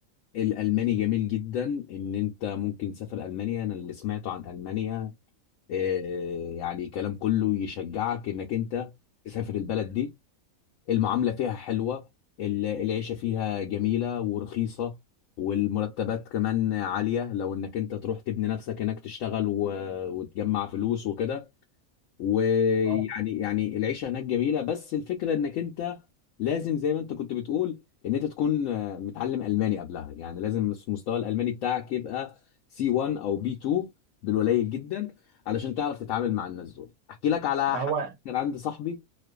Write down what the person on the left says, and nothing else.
الالماني جميل جدا ان انت ممكن تسافر المانيا انا اللي سمعته عن المانيا آه، يعني كلام كله يشجعك انك انت تسافر البلد دي المعامله فيها حلوه ال- العيشه فيها جميله ورخيصه والمرتبات كمان عاليه لو انك انت تروح تبني نفسك هناك تشتغل و- وتجمع فلوس وكده ويعني
يعني العيشه هناك جميله بس الفكره انك انت لازم زي ما انت كنت بتقول ان انت تكون آه، متعلم الماني قبلها يعني لازم مستوى الالماني بتاعك يبقى سي 1 او بي 2 بالقليل جدا علشان تعرف تتعامل مع الناس دول احكي لك على
حاجه
كان عندي صاحبي